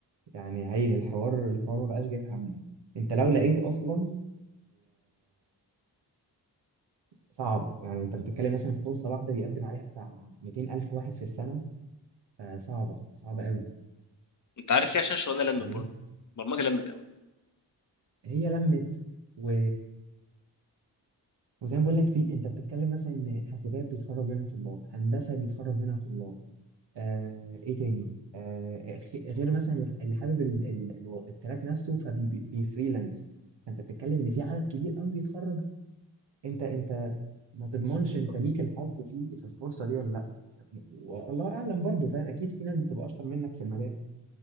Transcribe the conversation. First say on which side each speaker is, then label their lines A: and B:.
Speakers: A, on the right (about 75°); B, on the left (about 45°).
A: يعني عين الحوار الحوار ما بقاش جايب همه انت لو لقيت اصلا صعب يعني انت بتتكلم مثلا في فرصه واحده بيقدم عليها بتاع 200 الف واحد في السنه فصعبه صعبه قوي
B: انت عارف ليه عشان الشغلانه لمت
A: فاهم
B: برضه البرمجه لمت
A: هي لمت و... وزي ما بقول لك في انت بتتكلم مثلا ان حاسبات بيتخرج منها طلاب هندسه بيتخرج منها طلاب آه... ايه تاني آه... خ- غير مثلا اللي حابب ال... ال... ال- التراك نفسه فبيفريلانس فانت بتتكلم ان في عدد كبير قوي بيتخرج انت انت ما تضمنش انت ليك الحظ في في الفرصه دي ولا لا والله اعلم برضه فاهم اكيد في ناس بتبقى اشطر منك في المجال